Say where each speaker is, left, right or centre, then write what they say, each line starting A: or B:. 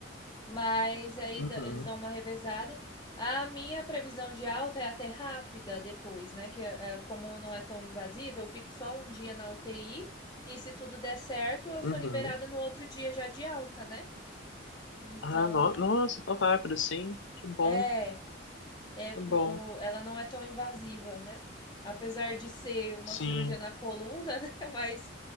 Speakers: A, on the left; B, on the left.
A: mas aí
B: Uhum,
A: dá- eles dão uma revezada. A minha previsão de alta é até rápida depois, né? Que é, como não é tão invasiva, eu fico só um dia na UTI e se tudo der certo, eu
B: uhum.
A: sou liberada no outro dia já de alta, né? Então,
B: Ah, no, nossa, tão rápido, sim. Que bom,
A: é. é, por-
B: que bom.
A: o- ela não é tão invasiva, né? Apesar de ser uma
B: Sim,
A: cirurgia na coluna, <laughs> né? Mas